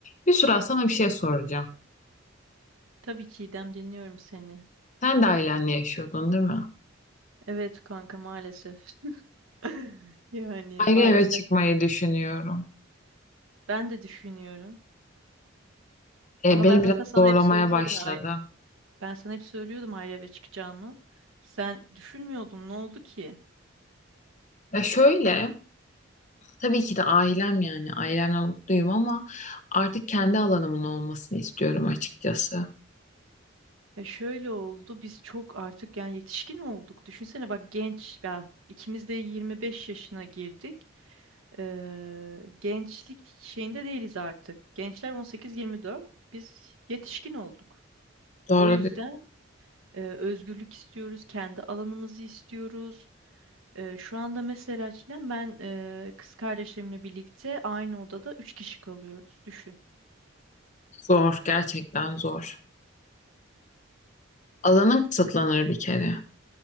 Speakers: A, on the left; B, on the right.
A: Yusra sana bir şey soracağım.
B: Tabii ki İdem dinliyorum seni.
A: Sen de ailenle yaşıyordun değil mi?
B: Evet kanka maalesef. <laughs> Yani
A: Ayrı
B: maalesef
A: eve çıkmayı düşünüyorum.
B: ben de düşünüyorum.
A: E,
B: Ama
A: beni
B: ben zaten
A: biraz
B: sana
A: zorlamaya
B: hep söylüyordum.
A: başladı.
B: ya, ay- Ben sana hep söylüyordum ayrı eve çıkacağımı. Sen düşünmüyordun. Ne oldu ki?
A: Ya şöyle, tabii ki de ailem yani ailemle mutluyum ama artık kendi alanımın olmasını istiyorum açıkçası.
B: Ya şöyle oldu. Biz çok artık yani yetişkin olduk. Düşünsene bak genç ya ikimiz de 25 yaşına girdik. Ee, gençlik şeyinde değiliz artık. Gençler 18-24. Biz yetişkin olduk.
A: Doğru
B: O yüzden
A: diyorsun.
B: Ee, özgürlük istiyoruz, kendi alanımızı istiyoruz. Ee, şu anda mesela Çiğdem ben e, kız kardeşlerimle birlikte aynı odada üç kişi kalıyoruz. Düşün.
A: Zor, gerçekten zor. Alanın kısıtlanır bir kere.